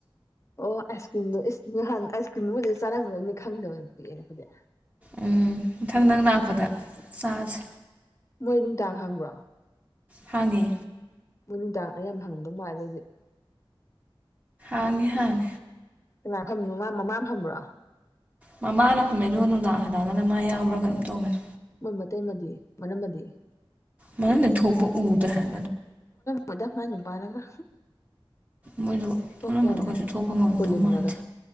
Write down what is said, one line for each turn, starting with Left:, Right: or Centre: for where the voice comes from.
Left: ꯑꯣ ꯑꯥꯏꯁ ꯀ꯭ꯔꯤꯝꯗꯣ ꯅꯍꯥꯟ ꯑꯥꯏꯁ ꯀ꯭ꯔꯤꯝꯗꯨꯕꯨꯗꯤ ꯆꯥꯔꯝꯒꯗꯕꯅꯤ ꯈꯪꯗꯕꯅ ꯄꯤꯛꯑꯦ ꯍꯧꯗꯤ
Right: ꯎꯝ ꯃꯊꯪ ꯅꯪ ꯂꯥꯛꯄꯗ ꯆꯥꯁꯦ
Left: ꯃꯣꯏ ꯅꯨꯡꯗꯥꯡ ꯍꯪꯕ꯭ꯔꯣ
Right: ꯐꯥꯡꯉꯤ
Left: ꯃꯣꯏ ꯅꯨꯡꯗꯥꯡ ꯑꯩ ꯌꯥꯝ ꯍꯪꯗꯧ ꯃꯥꯜ ꯑꯗꯨꯖꯤꯗꯤ
Right: ꯑꯅꯤ ꯍꯥꯏꯥꯟ
Left: ꯀꯃꯥꯏ ꯐꯅꯣ ꯃꯃꯥ ꯐꯕ꯭ꯔꯣ
Right: ꯃꯃꯥꯅ ꯐꯝꯃꯦ ꯑꯗꯨꯒ ꯅꯨꯡꯗꯥꯡ ꯍꯜꯂꯛꯑꯒꯅ ꯃꯥ ꯌꯥꯎꯕ꯭ꯔꯥ ꯀ ꯑꯗꯨꯝ ꯇꯧꯕꯅꯤ
Left: ꯃꯣꯏ ꯃꯇꯩ ꯑꯃꯗꯤ ꯃꯅꯝꯃꯗꯤ
Right: ꯃꯅꯤ ꯊꯨꯄ ꯎꯠ ꯍꯥꯏ
Left: ꯂꯗ ꯃꯥꯅꯤ ꯄꯅꯒ
Right: ꯃꯣꯏꯗꯣ
Left: ꯊ
Right: ꯃꯅꯝꯃꯗꯣ
Left: ꯀꯌꯥ ꯊ
Right: ꯀꯩꯁꯨ ꯊꯣꯛꯄ ꯉꯝꯗꯧ
Left: ꯀꯅꯒ
Right: ꯃꯥꯟꯗꯦ